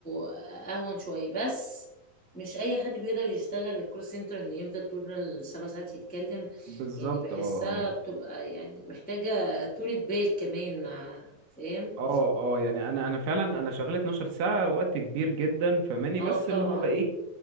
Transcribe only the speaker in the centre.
اهون شوية بس مش اي حد بيقدر يشتغل الكول سنتر انه يفضل طول السبع ساعات يتكلم
يعني بحسها
بتبقى يعني محتاجة طولة بال كمان مع فاهم
اه
طبعا